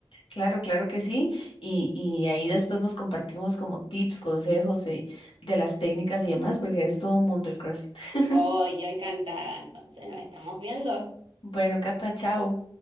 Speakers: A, on the left; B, on the right.
A: Claro, claro que sí. Y, y ahí después nos compartimos como tips, consejos eh, de las técnicas y demás, porque es todo un mundo el CrossFit. <laughs>
B: Oh, yo encantada, entonces nos estamos viendo.
A: Bueno, Cata, chao.